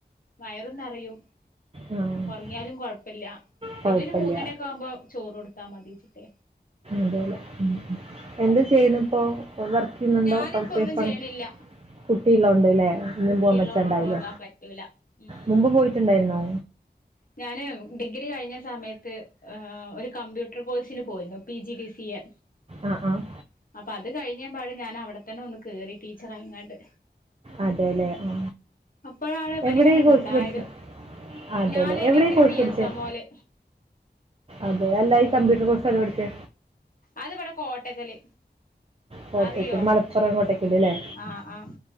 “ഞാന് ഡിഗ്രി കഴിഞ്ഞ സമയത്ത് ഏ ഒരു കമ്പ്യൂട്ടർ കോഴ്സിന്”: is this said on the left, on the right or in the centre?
Left